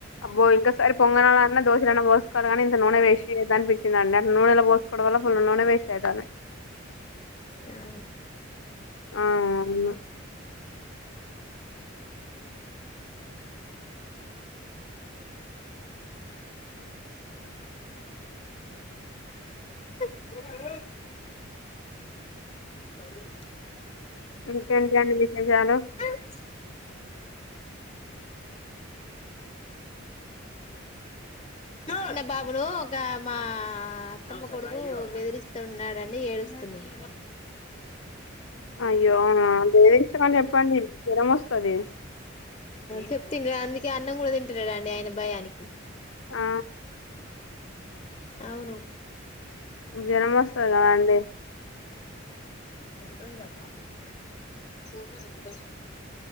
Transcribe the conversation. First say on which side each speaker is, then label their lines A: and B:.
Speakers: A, on the left; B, on the left.
A: అబ్ ఇంకాసారి పొంగనన్నా దోశలోనా పోసుకోరు కానీ ఇంత నూనె వేసి వచ్చిందండి అ నూనెలా పోసుకోవడం వల్ల ఫుల్ నూనె వేస్ట్ అవుతాది
B: హా
A: ఆ అవును
B: క ర చజ
A: ఇంకేంట అండి విశేషాలు
B: <unintelligible> అన్న బాబును ఒక మా అత్తమ్మ కొడుకు బెదిరిస్త ఉన్నాడండి ఏడుస్తున్నాయి
A: అయ్యో అవునా ఇష్టమని చెప్పండి జ్వర్మొస్తాది
B: చెప్ తంతడు అందుకే అన్నం కూడా తింటాలే ఆయన భయానికి
A: ఆ
B: అవును
A: జ్వర్మొస్తాద అండి
B: చెప్పను కదా పోతరూ బస్